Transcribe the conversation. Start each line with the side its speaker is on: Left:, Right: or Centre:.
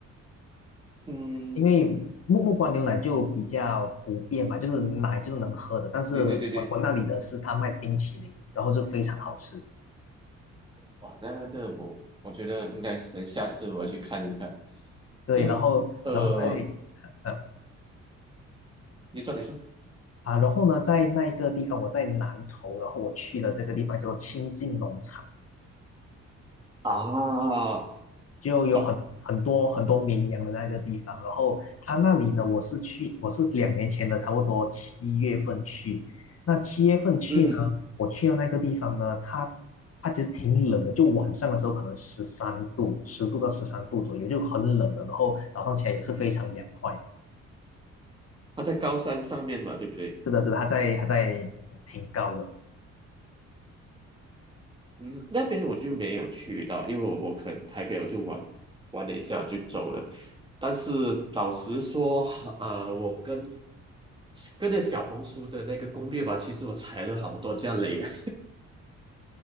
Right: 嗯，
Left: 因为木木瓜牛奶就比较普遍嘛，就是奶就是能喝的，但是我我那里的是他卖冰淇淋，
Right: 对对对对，
Left: 然后就非常好吃。
Right: 哇，那个我我觉得应该可能下次我要去看一看，
Left: 对，
Right: 因为呃，
Left: 然后然后在呃
Right: 你说你说
Left: 啊，然后呢，在那一个地方，我在南头，然后我去了这个地方叫做清境农场。
Right: 啊，
Left: 就有很很多很多绵羊的那个地方。
Right: 懂，
Left: 然后他那里呢，我是去，我是两年前的，差不多七月份去。那七月份去呢，
Right: 嗯
Left: 我去到那个地方呢，它它其实挺冷的，就晚上的时候可能十三度，十度到十三度左右，就很冷了。然后早上起来也是非常凉快。
Right: 他在高山上面嘛，对不对？
Left: 是的，是的，它在它在嗯挺高的。
Right: 嗯，那边我就没有去到，因为我我可能台北我就玩玩了一下我就走了。但是老实说，呃，我跟跟着小红书的那个攻略吧，其实我踩了好多家雷啊，